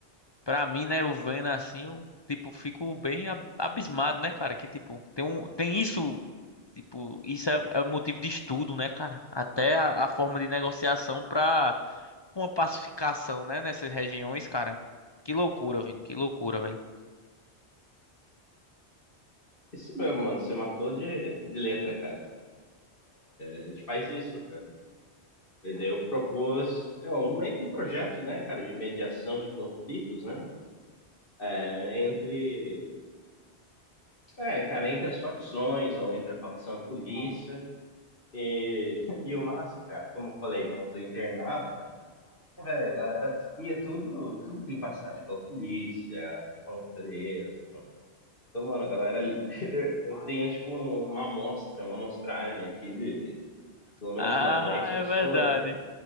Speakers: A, on the left; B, on the left.
A: pra mim, né, eu vendo assim, eu, tipo, fico bem ab- abismado, né, cara, que, tipo, tem um, tem isso, tipo, isso é, é motivo de estudo, né, cara, até a, a forma de negociação pra uma pacificação, né, nessas regiões, cara, que loucura, velho, que loucura, velho.
B: Isso mesmo, mano. Você matou de, de letra, cara. A gente faz isso, cara. E daí eu propus é, um, meio que um projeto, né, cara, de mediação de conflitos, né? É, entre, é, cara, entre as facções ou entre a facção e a polícia. E, <laughs> e o massa, cara, como eu falei, né, eu tô internado, Velho, a galera ia tudo, tudo tem passagem pela polícia, já foram presos. Então, mano, a galera, <laughs> eu eu tenho tipo um- uma amostra, uma amostragem aqui de pelo menos
A: Ah,
B: umas dez
A: é
B: pessoas,
A: verdade.
B: né?